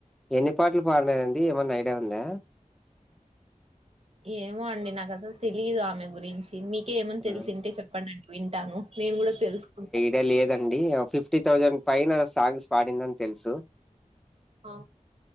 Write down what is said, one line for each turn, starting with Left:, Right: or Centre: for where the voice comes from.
Centre: ఎన్ని పాటలు పాడినారండి ఏమన్నా ఐడియా ఉందా.
Right: ఏమో అండి నాకు అసలు తెలీదు ఆమె గురించి. మీకే ఏమన్న
Centre: ఆ!
Right: తెలిసింటే చెప్పండి అండి వింటాను నేను గూడ తెలుసుకుంటా.
Centre: ద లేదండీ ఫిఫ్టీ ఆ థౌజండ్ పైన సాంగ్స్ పాడిందని తెలుసు.
Right: అ